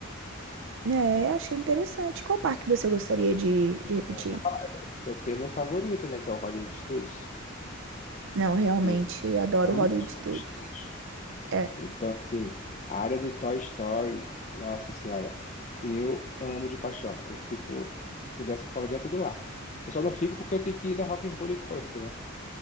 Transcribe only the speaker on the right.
É, achei interessante. Qual parque você gostaria de,
de repetir?
Não, realmente
adoro
Hollywood
Studios.
É,